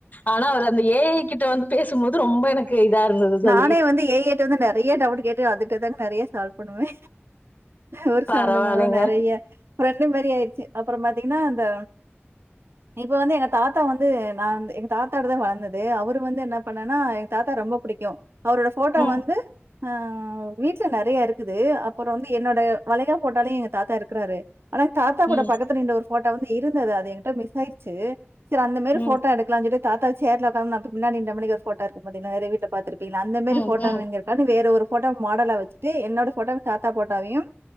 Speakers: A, on the left; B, on the right.
A: ஆனா அவர் அந்த ஏ கிட்ட வந்து பேசும்போது ரொம்ப எனக்கு இதா இருந்தது தோழி
B: நானே வந்து ஏ ஏட்டு வந்து நிறைய டவுட் கேட்டுன் அதுதான்ங்க நிறைய சால்வ் பண்ணுவே ஊர்
A: பரவாயில்லைங்க
B: சம்பந்தமான நிறைய ஒருண்டு மாதிரி ஆயிடுச்சு அப்புறோ பார்த்தீங்கன்னா இந்த இப்ப வந்து எங்க தாத்தா வந்து நா எங்க தாத்தாடு தா வளர்ந்தது அவரு வந்து என்ன பண்ணன்னா எங்க தாத்தா ரொம்ப பிடிக் கு அவரோட ஃபோட்டோ
A: ம்
B: வந்து ஆ வீட்ல நெறைய இருக்கு இருக்குது அப்புறோ வந்து என்னோடய மளைகா போட்டாலு எங்க தாத்தா இருக்கிறாரு ஆனா தாத்தா
A: ம்
B: கூட பக்கத்துல இந்த ஒரு ஃபோட்டா வந்து இருந்தது அது என்கிட்ட மிஷ்ஆயிடுச்சு துல அந்த மாரி
A: ம்
B: ஃபோட்டோ எடுக்காலாம்ஞ்சொட் தாத்தாக்கு சேர்ல உக்காந்து நா முன்னாடி நிண்டமாரி ஒரு ஃபோட்டோ இருக்கு பாத்திங்னா அது விட் பாத்துருப் இல அந்த மாரி
A: ம்
B: போட்டா
A: ம்
B: வேங்கற்கானி வேற ஒரு ஃபோட்டோ மாடலா வச்சுட்டு என்னோட ஃபோட்டோ தாத்தா போட்டாவையும்